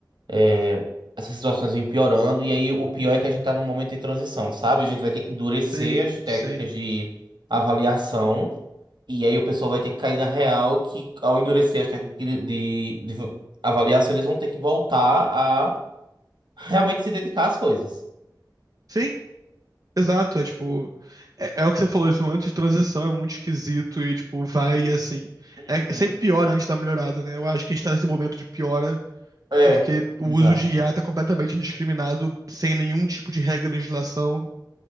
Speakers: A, on the right; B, on the right.
A: é, essas situações vêm piorando. E aí o pior é que a gente tá num momento de transição, sabe? A gente vai ter que endurecer
B: sim.
A: as técnicas
B: Sim,
A: de avaliação. E aí o pessoal vai ter que cair na real que, ao endurecer as técnicas de, de avaliação, eles vão ter que voltar a realmente se dedicar às coisas.
B: Sim, exato. É tipo. É, é o que você falou, esse momento de transição é muito esquisito e, tipo, vai assim.
A: Uhum.
B: É sempre pior antes da melhorada, né? Eu acho que a gente tá nesse momento de piora
A: É,
B: porque o
A: exato.
B: uso de IA tá completamente indiscriminado, sem nenhum tipo de regra de legislação.